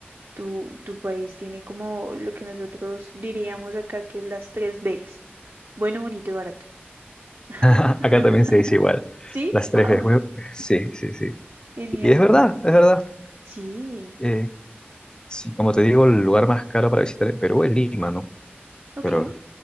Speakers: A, on the right; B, on the left.
A: Tu, tu país tiene como lo que nosotros diríamos acá que es las tres Bs. Bueno, bonito y barato. <laughs>
B: <laughs> Acá también se dice igual.
A: ¿Sí?
B: Las tres
A: Ah,
B: veces.
A: bueno.
B: güey. Sí, sí, sí.
A: Genial.
B: Y es verdad, es verdad.
A: Sí.
B: Eh, sí, como te digo, el lugar más caro para visitar en Perú es Lima, ¿no?
A: Ok.
B: Pero,